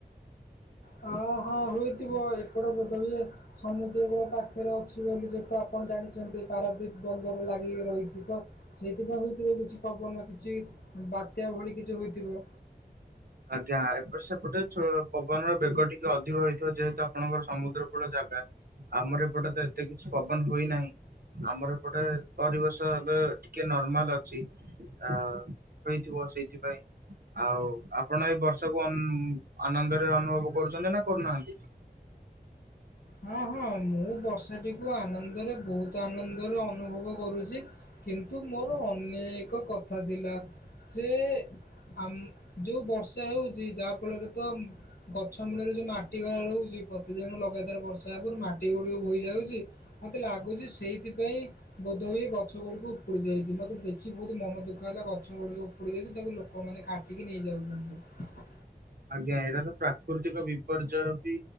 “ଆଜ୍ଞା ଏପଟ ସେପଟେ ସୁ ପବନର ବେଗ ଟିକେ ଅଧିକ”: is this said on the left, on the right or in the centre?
Right